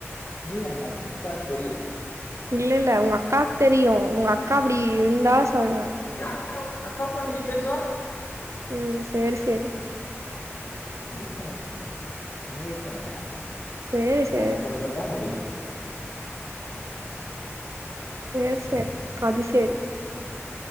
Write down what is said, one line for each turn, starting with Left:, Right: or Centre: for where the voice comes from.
Left: இல்ல எங்க அக்காக்கு தெரியும்
Right: இல்ல இல்ல உங்க அக்காக்கு தெரியு உங்க அக்கா அப்புடி இருந்தா சொல்றே
Left: அக்கா அக்கா ஃப்ரெண்டு கிட் பேசுவா
Right: ம் சேரி சேரி
Left: <unintelligible> உங்க இஷ்ட்டங்க
Right: சேரி சேரி
Left: நாங் சொல்றத் தா முடிவு
Right: சேர் சேர் கது சேரி